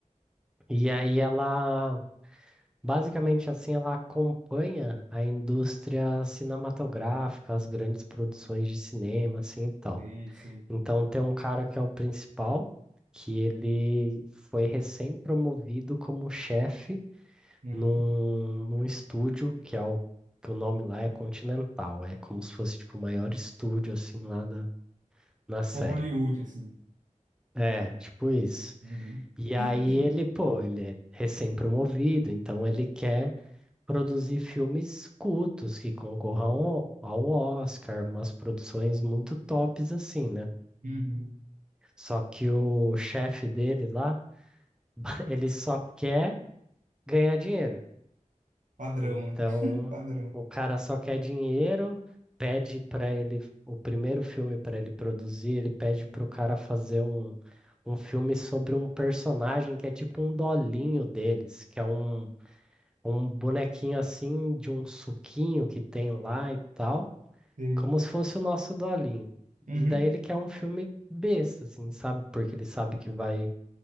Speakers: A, in the centre; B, on the right (about 75°).
A: E aí ela Basicamente, assim, ela acompanha a indústria cinematográfica, as grandes produções de cinema, assim e tal.
B: Sei, sei.
A: Então, tem um cara que é o principal, que ele foi recém-promovido como chefe
B: Uhum.
A: num, num estúdio que é o que o nome lá é Continental. É como se fosse tipo o maior estúdio assim lá da, na série.
B: Por Hollywood, assim.
A: É, tipo isso.
B: Uhum.
A: E aí
B: <clears throat>
A: ele, pô, ele é recém-promovido, então ele quer produzir filmes cultos que concorram ao, ao Oscar, umas produções muito tops assim, né?
B: Uhum.
A: Só que o chefe dele lá, <laughs> ele só quer ganhar dinheiro.
B: Padrão,
A: Então,
B: né? <laughs> Padrão.
A: o cara só quer dinheiro, pede para ele o primeiro filme para ele produzir, ele pede pro cara fazer um um filme sobre um personagem que é tipo um dolinho deles, que é um um bonequinho assim de um suquinho que tem lá e tal.
B: Sei.
A: como se fosse o nosso dolinho.
B: Uhum.
A: E daí ele quer um filme besta, assim, sabe? Porque ele sabe que vai,